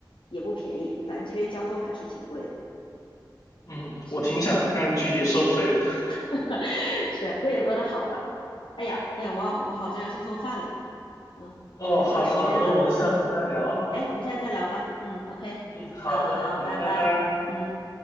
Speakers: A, on the left (about 80°); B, on the left (about 45°).
A: 也不便宜，反正这边交通还是挺贵的。
B: 嗯，
A: 是
B: 我挺想按距离收费的。
A: <laughs> 是啊，各有各的好吧。哎呀，哎呀，我我好像要去做饭了，嗯，
B: <laughs> 哦，
A: 好像到时间了，
B: 好的好的，那我们下次再聊。
A: 行，哎，我们现在再聊吧。嗯，OK，
B: 嗯，好的，
A: 好好，
B: 嗯，
A: 拜拜。
B: 拜拜。
A: 嗯。